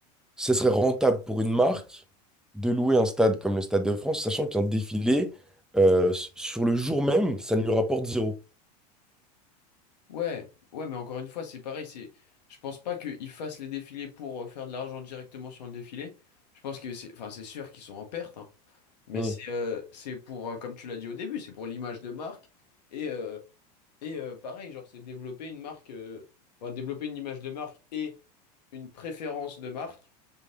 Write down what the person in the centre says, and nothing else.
ce serait rentable pour une marque de louer un stade comme le Stade de France, sachant qu'un défilé, euh, s- sur le jour même, ça ne lui rapporte zéro?
Hmm.